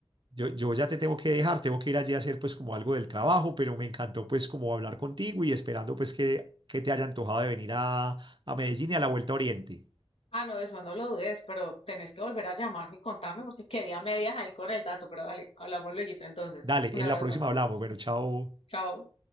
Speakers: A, on the right; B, on the left.
A: yo, yo ya te tengo que dejar, tengo que ir allí a hacer pues como algo del trabajo, pero me encantó pues como hablar contigo y esperando pues que, que te haya antojado de venir a, a Medellín y a la Vuelta a Oriente.
B: Ah, no, eso no lo dudes, pero tenés que volver a llamarme y contarme porque quedé a medias ahí con el dato, pero dale, hablamos luego entonces.
A: Dale,
B: Un
A: en
B: abrazo.
A: la próxima hablamos. Bueno, chao.
B: Chao.